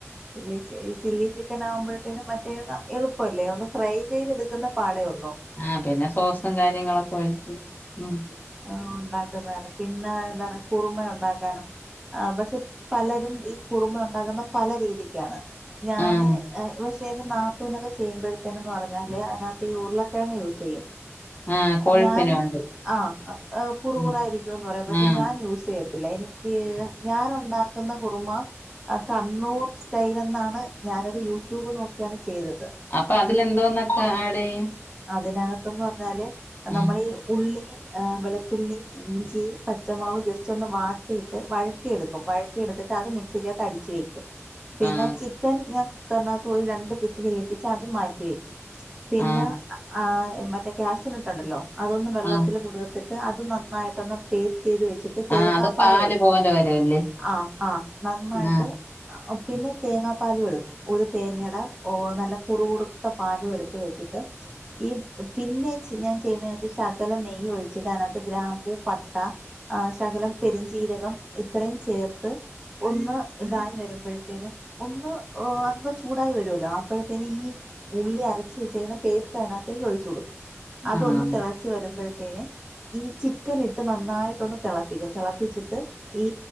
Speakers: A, on the right (about 15°); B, on the left (about 40°).
A: ചില്ലി ചി ഈ ചില്ലി ചിക്കനാവുമ്പഴത്തേനും മറ്റെ എള്പ്പവല്ലെ ഒന്ന് ഫ്രൈ ചെയ്തെടുക്കുന്ന പാടെ ഒള്ളു
B: ആ പിന്നെ സോസും കാര്യങ്ങളൊക്കെ ഒഴിച്ച് ഉം
A: അ ഉണ്ടാക്കുന്നാണ് പിന്നെ എന്താണ് കുറുമയുണ്ടാക്കാനും ആ പഷെ. പലരും ഈ കുറുമ ഒണ്ടാക്കുന്ന പല രീതിക്കാണ് ഞാന്
B: ആഹ്
A: ഏ വഷ് ത്തേരു നാത്തൂനൊക്ക ചെയ്യുമ്പഴത്തീനുംന്ന് പറ്ഞ്ഞാല് അതിനകത്ത് ഈ ഉരുളക്കിഴങ് യൂസെയ്യും
B: ആഹ് കൊഴുപ്പിന്
A: ഞാൻ
B: വേണ്ടി
A: ആ ഹ് കുറ
B: ഉം
A: കുറായിരിക്കോന്ന് പറയും പക്ഷെ
B: ആഹ്
A: ഞാൻ യൂസെയ്യും ഇല്ല എനിക്ക് ഞാനുണ്ടാക്ക്ന്ന കുറുമ അ കണ്ണൂർ സ്റ്റൈലെന്നാണ് ഞാനൊര് യൂട്യൂബ് നോക്ക്യാണ് ചെയ്തത്
B: അപ്പൊ അതിലെന്തോന്നൊക്കെ ആഡെയ്യും
A: അതിനകത്ത്ന്ന് പറഞ്ഞാല്
B: ഉം
A: നമ്മളീ ഉള്ളി ആ വെളുത്തുള്ളി ഇഞ്ചി പച്ചമുളക് ജസ്റ്റൊന്ന് വാട്ടിയിട്ട് വഴറ്റിയെടുക്കും വഴ റ്റിയെടുത്തിട്ട് അത് മിക്സിക്കകത്ത് അടിച്ച് വെക്കും പിന്നെ
B: ആഹ്
A: ചിക്കൻ ഞാൻ കുക്കർനകത്ത് ഒര് രണ്ട് പിസില് കേപ്പിച്ച് അതും മാറ്റി വെക്കും പിന്ന
B: ആഹ്
A: ആ മറ്റെ ക്യാഷനട്ടുണ്ടല്ലൊ അതൊന്ന് വെള്ളത്തിൽ
B: ആഹ്
A: കുതിർ ത്തിട്ട് അത് നന്നായിട്ടൊന്ന് പേസ്റ്റീത് വെച്ചി ട്ട് തേങ്ങാപ്പാലെടുക്കും
B: ആഹ് അത് പാല് പോലെ വരുവല്ലേ
A: ആ ആ നന്നായിട്ട്
B: ആഹ്
A: പിന്നെ തേങ്ങാപ്പാലും എട്കും ഒര് തേങ്ങടെ ഓനല്ല കുറ് കുറുത്ത പാലു എടുത്ത് വെച്ചിട്ട് ഈ പിന്നെ ചി ഞാൻ ചെയ്യുന്നെയ് ച്ച ശകലം നെയ്യ് ഒഴ്ച്ചിട്ട് അതിനകത്ത് ഗ്രാമ്പൂ പട്ട ആ ശകലം പെരിഞ്ചീരകം ഇത്രയും ചേർത്ത് ഒന്ന് ഇതായി വരുമ്പഴ ത്തിനും. ഒന്ന് ഓ അന്ന് ചൂടായി വരുവല്ലൊ അപ്പഴത്തീന് ഈ- ഉള്ളി അരച്ച് വെച്ചേക്ക്ന്ന പേസ്റ്റ് അതിനകത്തേക്ക് ഒഴിച്ച് കൊടുക്കും അതൊന്ന്
B: ആഹ്
A: തെളച്ചു വരുമ്പഴത്തീന് ഈ ചിക്കനിട്ട് നന്നായിട്ടൊന്ന് തെളപ്പിക്കണം തെളപ്പിച്ചിട്ട് ഈ